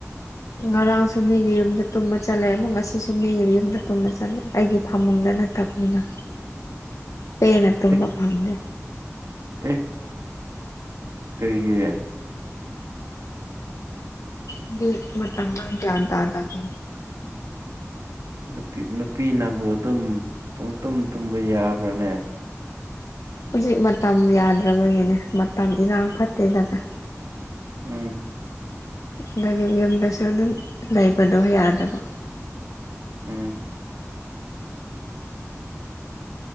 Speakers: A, on the left (about 75°); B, on the right (about 85°).
A: ꯉꯔꯥꯡꯁꯨ ꯃꯤꯒꯤ ꯌꯨꯝꯗ ꯇꯨꯝꯕ ꯆꯠꯂꯦ ꯑꯃꯨꯛ ꯉꯁꯤꯁꯨ ꯃꯤꯒꯤ ꯌꯨꯝꯗ ꯇꯨꯝꯕ ꯆꯠꯂꯦ ꯑꯩꯒꯤ ꯐꯝꯃꯨꯡꯗ ꯅꯠꯇꯞꯅꯤꯅ
B: <inaudible>
A: ꯄꯦꯟꯅ ꯇꯨꯝꯕ
B: ꯑꯦ
A: ꯐꯝꯇꯦ
B: ꯑꯦ ꯀꯩꯒꯤ
A: ꯑꯗꯨ ꯃ <inaudible> ꯒꯌꯥꯟ ꯇꯗꯕ
B: ꯅꯨꯄꯤ ꯅꯨꯄꯤꯅꯕꯨ ꯑꯗꯨꯝ ꯄꯨꯡꯇꯨꯝ ꯇꯨꯝꯕ ꯌꯥꯕ꯭ꯔꯅꯦ
A: ꯍꯧꯖꯤꯛ ꯃꯇꯝ ꯌꯥꯗ꯭ꯔꯕꯒꯤꯅꯦ ꯃꯇꯝ ꯏꯔꯥꯡ ꯐꯠꯇꯦꯗꯅ
B: ꯎꯝ
A: <unintelligible> ꯌꯨꯝꯗꯁꯨ ꯑꯗꯨꯝ ꯂꯩꯕꯗꯣ ꯌꯥꯗꯕ
B: ꯎꯝ